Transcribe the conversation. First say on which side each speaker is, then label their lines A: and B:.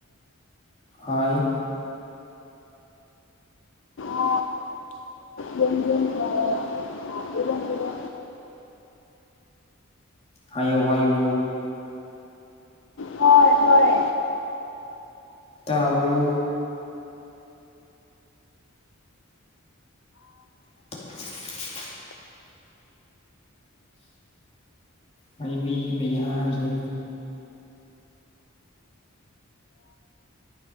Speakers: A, on the left; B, on the left.
A: ꯍꯣꯏꯒꯦ
B: ꯑ ꯌꯦ ꯅꯨꯡꯉꯕꯅꯦꯕ
A: ꯍꯥꯏꯌꯨ ꯍꯥꯏꯌꯨ
B: ꯍꯣꯏ ꯍꯣꯢ
A: ꯇꯥꯕ꯭ꯔꯣ <unintelligible> ꯍꯥꯏꯥꯏꯕꯤꯕ ꯌꯥꯔꯦ